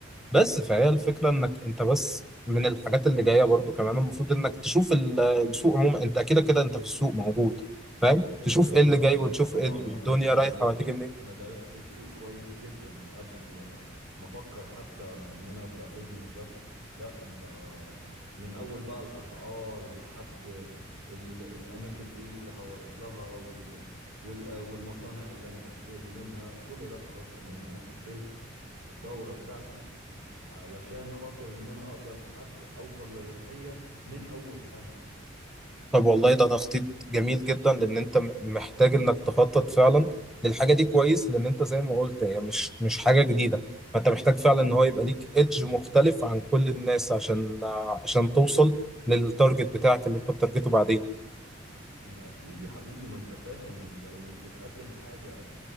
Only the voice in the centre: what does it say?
بس فهي الفكرة انك انت بس من الحاجات اللي جاية برضو كمان المفروض انك تشوف ال- السوق عموما انت كده كده انت في السوق موجود فاهم
تشوف
ايه اللي جاي وتشوف
إيه الدنيا
رايحة
وهتيجي منين
طب والله ده تخطيط جميل جدا لان انت م- محتاج انك تخطط فعلا للحاجه دي كويس لان انت زي ما قلت هي مش مش حاجه جديده فانت محتاج فعلا ان هو يبقى ليك ايدج مختلف عن كل الناس عشان آه، عشان توصل للتارجت بتاعك اللي انت بتارجته بعدين